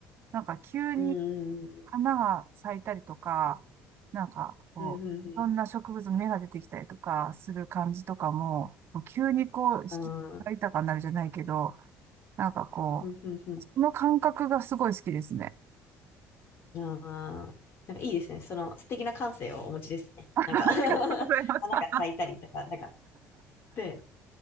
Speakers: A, on the right (about 50°); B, on the left (about 50°).
A: なんか急に
B: うん、うん、
A: 花が咲いたりとか、なんかこう、
B: うん、うん。うん
A: いろんな植物の芽が出てきたりとかする感じとかも、もう急にこう、四季が豊かになるじゃないけど、
B: あ
A: なんかこう、
B: うん、うん、う
A: その感覚がすごい好きですね。
B: ん。ああ。なんかいいですね。その素敵な感性をお持ちですね。
A: ありがとうございます。
B: なんか <laughs> 花が
A: <laughs> あ、
B: 咲いたりとか、なんか、で、